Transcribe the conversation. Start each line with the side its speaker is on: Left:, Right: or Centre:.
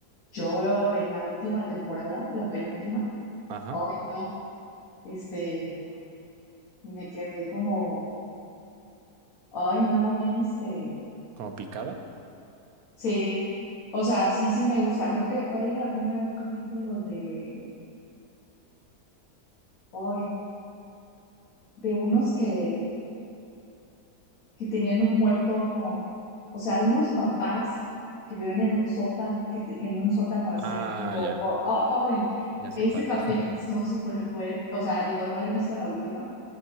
Left: Yo en la última temporada, la penúltima,
Right: Ajá,
Left: ay, no, este, me quedé como, ay, no, bien, este,
Right: como picada.
Left: sí, o sea, sí, sí me gusta. Creo que, ¿cuál era? Una- un capítulo de, ay, de unos que que tenían un muerto, o sea, de unos papás que vivían en un sótano, que, te- que en un sótano hacían
Right: Ah,
Left: como,
Right: ya,
Left: co- ¡Oh! ay,
Right: ya sé
Left: ese
Right: cuál.
Left: capítulo
Right: <laughs>
Left: estuvo súper fuerte, o sea, digo, no le he visto la última,